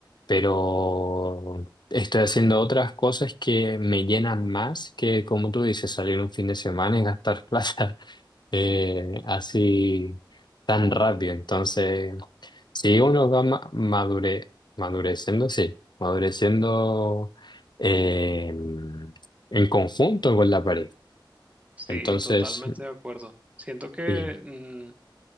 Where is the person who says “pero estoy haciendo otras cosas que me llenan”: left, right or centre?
Left